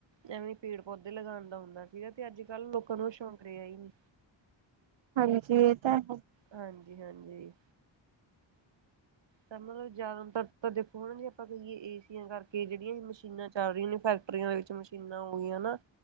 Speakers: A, on the right; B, on the right.
A: ਐਵੇਂ ਪੇੜ ਪੌਦੇ ਲਗਾਉਣ ਦਾ ਹੁੰਦਾ ਸੀਗਾ ਤੇ ਅੱਜ ਕੱਲ੍ਹ ਲੋਕਾਂ ਨੂੰ ਸ਼ੌਂਕ ਰਿਹਾ ਹੀ ਨਹੀਂ।
B: ਹਾਂਜੀ ਇਹ ਤਾਂ ਹੈ।
A: ਹਾਂਜੀ-ਹਾਂਜੀ। ਤਾਂ ਮਤਲਬ ਜ਼ਿਆਦਾਤਰ ਤਾਂ ਦੇਖੋ ਹ ਨਾ ਜੀ ਆਪਾਂ ਕਹੀਏ ਏ ਸੀਆਂ ਕਰਕੇ ਜਿਹੜੀਆਂ ਹੀ ਮਸ਼ੀਨਾਂ ਚੱਲ ਰਹੀਆਂ ਨੇ ਫੈਕ <unintelligible> ਦੇ ਵਿੱਚ ਮਸ਼ੀਨਾਂ ਹੋ ਗਈਆਂ ਨਾ